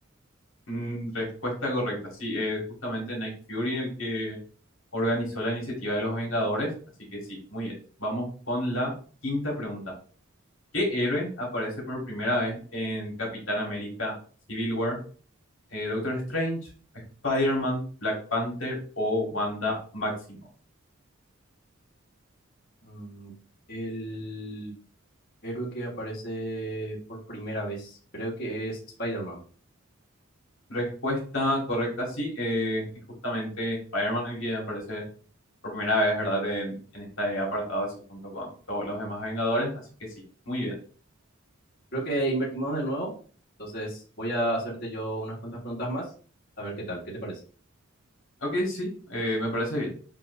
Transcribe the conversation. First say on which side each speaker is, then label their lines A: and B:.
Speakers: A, on the left; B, on the left.
A: Mm, respuesta correcta, sí, es justamente Nick Fury el que organizó la iniciativa de los Vengadores, así que sí, muy bien. Vamos con la quinta pregunta. ¿Qué héroe aparece por primera vez en Capitán América Civil War? Eh, Doctor Strange, Spider-Man, Black Panther o Wanda Maximoff.
B: Mm, el héroe que aparece por primera vez, creo que es Spider-Man.
A: Respuesta correcta, sí, eh, es justamente Spider-Man el que aparece por primera vez, ¿verdad? En, en este apartado, así junto con todos los demás Vengadores, así que sí, muy bien.
B: Creo que invertimos de nuevo, entonces voy a hacerte yo unas cuantas preguntas más, a ver qué tal, ¿qué te parece?
A: Ok, sí, eh, me parece bien.